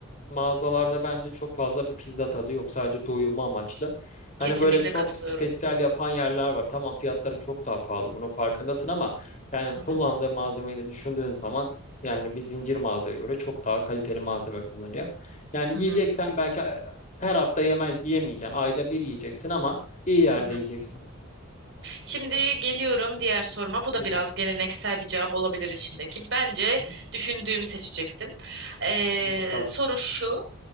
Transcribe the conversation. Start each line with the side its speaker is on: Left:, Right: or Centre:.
Left: mağazalarda bence çok fazla bir pizza tadı yok. Sadece doyurma amaçlı. Hani
Right: Kesinlikle
Left: böyle çok
Right: katılıyorum.
Left: spesyal yapan yerler var. Tamam fiyatları çok daha pahalı. Bunun farkındasın ama yani
Right: Hı
Left: kullandığı
Right: hı,
Left: malzemeyi de düşündüğün zaman yani bir zincir mağazaya göre çok daha kaliteli malzeme kullanıyor. Yani yiyeceksen
Right: hı hı,
Left: belki e, her hafta yeme, yemeyeceksin. Ayda bir yiyeceksin ama iyi yerde
Right: hı hı.
Left: yiyeceksin.
Right: Şimdi geliyorum diğer soruma. Bu da
Left: Güzel.
Right: biraz geleneksel bir cevap olabilir içindeki. Bence
Left: Hı,
Right: düşündüğümü seçeceksin. Ee,
Left: Hadi bakalım.
Right: soru şu.